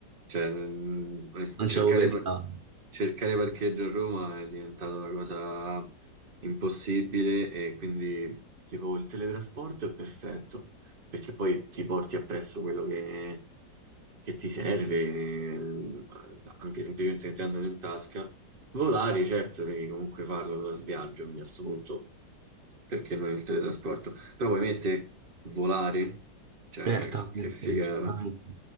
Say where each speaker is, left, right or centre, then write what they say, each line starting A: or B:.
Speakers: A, on the right; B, on the right.
A: Cioè, mm, onest-
B: Non
A: cercare,
B: ci avevo pensato.
A: par- cercare parcheggio a Roma è diventata una cosa impossibile e quindi tipo il teletrasporto è perfetto perché poi ti porti appresso quello che, che ti serve, eh, anche semplicemente mettendolo in tasca. Volare, certo, devi comunque farlo dal viaggio, quindi a questo punto, perché non il teletrasporto? Però ovviamente volare, cioè,
B: Certamente,
A: ma che figa,
B: certamente.